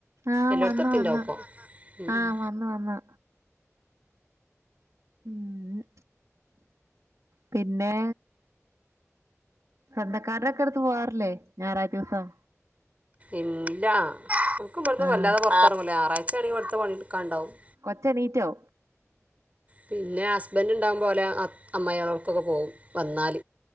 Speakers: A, on the right; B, on the right.
A: ആഹ്
B: എല്ലായിടത്തും
A: വന്ന്
B: എത്തിണ്ടാവും
A: വന്ന്
B: ഇപ്പോൾ ഉം.
A: ആഹ് വന്ന് വന്ന് ഉംഹ് പിന്നെ സ്വന്തക്കാർറെക്കെടുത്ത് പോവാറില്ലേ ഞായറായ്റ്റോസം?
B: ഇല്ല ഇൻക്കുബ്ടുന്ന്
A: ആഹ്
B: വല്ലാതെ പൊറത്താറങ്ങൂല്ല ആറാഴ്ചാണെങ്കി ഇവ്ടുത്തെ പണിട്ക്കാണ്ടാവും.
A: കൊച്ചെണീറ്റോ?
B: പിന്നെ ഹസ്ബൻഡ്ണ്ടാവുംബോലെ അ അമ്മായേളട്ക്കൊക്കെ പോവും വന്നാൽ